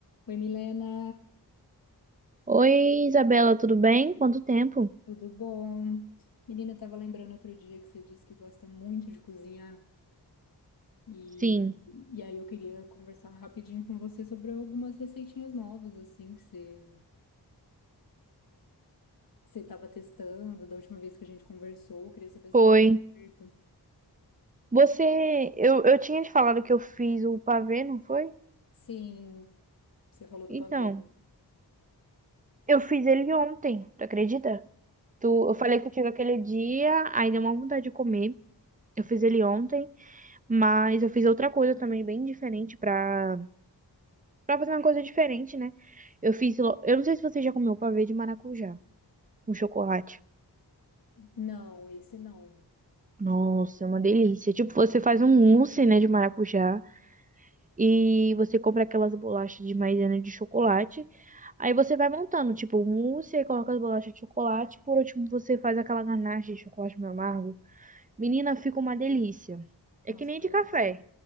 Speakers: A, on the left (about 55°); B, on the right (about 20°).
A: Oi, Milena,
B: Oi, Isabela, tudo bem? Quanto tempo?
A: tudo bom? Menina, eu tava lembrando outro dia que você disse que gosta muito de cozinhar e,
B: Sim,
A: e aí eu queria conversar rapidinho com você sobre algumas receitinhas novas, assim, que você, que você tava testando da última vez que a gente conversou. Eu queria saber se
B: foi.
A: deu certo.
B: Você, eu, eu tinha te falado que eu fiz o pavê, não foi?
A: Sim, você falou do
B: Então,
A: pavê.
B: Eu fiz ele ontem, tu acredita? Tu, eu falei contigo aquele dia, aí deu uma vontade de comer. Eu fiz ele ontem, mas eu fiz outra coisa também bem diferente pra, pra fazer uma coisa diferente, né? Eu fiz, lo- eu não sei se você já comeu pavê de maracujá, com chocolate.
A: Não, esse não.
B: Nossa, é uma delícia. Tipo, você faz um mousse, né, de maracujá. E você compra aquelas bolachas de maisena de chocolate. Aí você vai montando, tipo, o mousse, aí coloca as bolachas de chocolate. Por último, você faz aquela ganache de chocolate meio amargo. Menina, fica uma delícia. É
A: Nossa,
B: que nem
A: pareceu
B: de café.
A: bom.